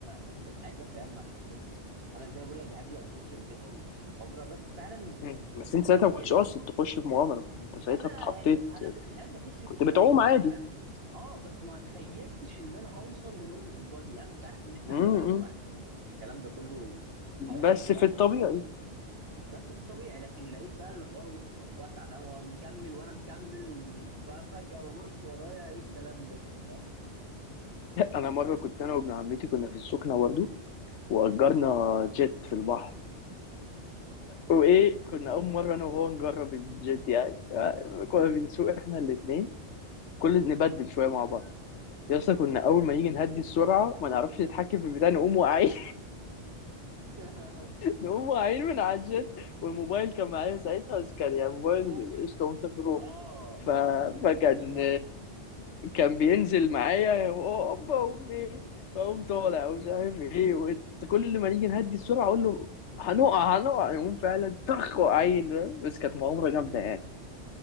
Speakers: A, on the right; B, on the left.
A: اكتر حاجه فاهم عشان ايه انا زي ما بقول لك بحب الادفنتشر وكده والمغامره بس فعلا
B: مم.
A: كنت بشوف
B: بس انت
A: ان
B: ساعتها
A: هي
B: ما كنتش
A: ريسك
B: قاصد تخش في مغامره انت ساعتها
A: انا
B: اتحطيت
A: يعني انا كنت بحب اخش كتير
B: كنت بتعوم
A: اه كنت
B: عادي
A: بحب اه بس ما تخيلتش ان انا هوصل لنقطه البعد دي انا كنت عارف ان احنا
B: امم
A: هنبعد وعارف ان ان الكلام ده كله هيحصل
B: بس
A: يعني
B: في الطبيعي
A: بس في الطبيعي لكن لقيت بقى الحوار و- واسع فاهم هو مكمل وانا مكمل وبقى فجاه ببص ورايا ايه الكلام ده فاهم
B: <laughs> انا مره كنت انا وابن عمتي كنا في السخنه برضه واجرنا جيت في البحر وايه كنا اول مره انا وهو نجرب الجيت يعني كنا بنسوق احنا الاثنين كل نبدل شويه مع بعض يا اسطى كنا اول ما نيجي نهدي السرعه ما نعرفش نتحكم في البتاع نقوم واقعين
A: <laughs>
B: هم عين من على الجت والموبايل كان معايا ساعتها بس كان يعني موبايل
A: اوف
B: قشطة وانت
A: اه
B: ف... فكان
A: ضد الميه
B: كان بينزل معايا هوبا امي اقوم طالع ومش عارف ايه وت- كل ما نيجي نهدي السرعه اقول له هنقع هنقع يقوم فعلا طخ وقعين فاهم؟ بس كانت مغامره
A: مم.
B: جامده يعني